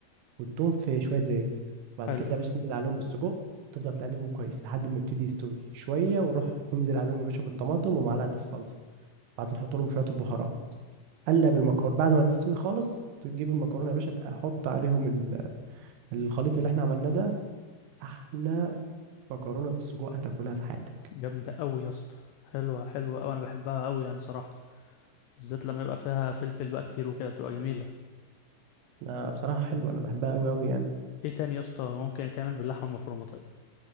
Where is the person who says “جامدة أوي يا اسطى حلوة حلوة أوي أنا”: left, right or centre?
Left